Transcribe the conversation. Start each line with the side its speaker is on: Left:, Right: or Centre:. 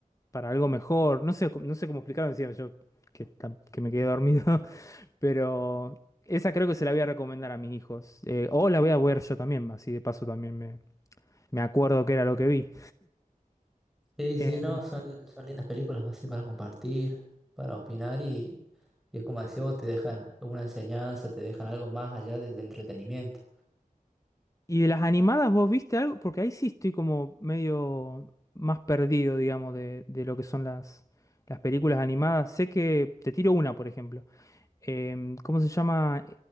Left: para algo mejor. No sé, no sé cómo explicarlo decía yo que, tam- que me quedé dormido, <laughs> pero esa creo que se la voy a recomendar a mis hijos. Eh, o la voy a ver yo también, así de paso también me, me acuerdo que era lo que vi.
Centre: Sí,
Left: Eh,
Centre: sí, no, son, son lindas películas así para compartir, para opinar y, y es como decís vos, te dejan una enseñanza, te dejan algo más allá del entretenimiento.
Left: y de las animadas, ¿vos viste algo? Porque ahí sí estoy como medio más perdido, digamos, de, de lo que son las, las películas animadas. Sé que te tiro una, por ejemplo. Em, ¿cómo se llama?